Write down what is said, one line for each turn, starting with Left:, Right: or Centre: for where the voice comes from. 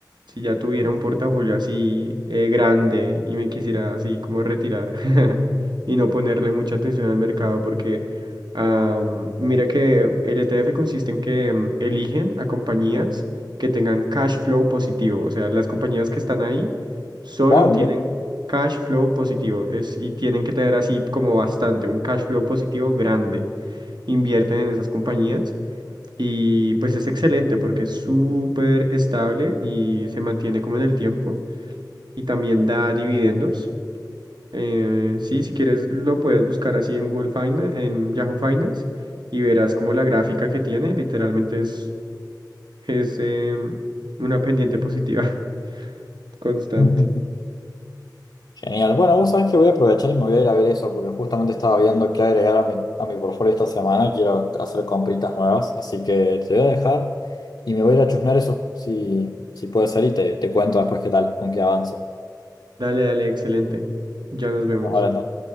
Right: si ya tuviera un portafolio así eh, grande y me quisiera así como retirar <laughs> y no ponerle mucha atención al mercado, porque am, mira que el ETF consiste en que mm, eligen a compañías que tengan cash flow positivo, o sea, las compañías que están ahí solo
Left: Wow,
Right: tienen
Left: mira.
Right: cash flow positivo es, y tienen que tener así como bastante, un cash flow positivo grande. Invierten en esas compañías y pues es excelente porque es súper estable y se mantiene como en el tiempo y también da dividendos. Eh, sí, si quieres lo puedes buscar así en Google Finance, en Yahoo Finance y verás como la gráfica que tiene literalmente es, es em, una pendiente positiva <laughs> constante.
Left: <laughs> Genial. Bueno, vos sabés que voy a aprovechar y me voy a ir a ver eso porque justamente estaba viendo qué agregar a mi, a mi portfolio esta semana. Quiero hacer compritas nuevas, así que te voy a dejar y me voy a ir a chusmear eso, si, si puede ser, y te, te cuento después qué tal, con qué avanzo.
Right: Dale, dale, excelente. Ya nos vemos.
Left: Estamos hablando.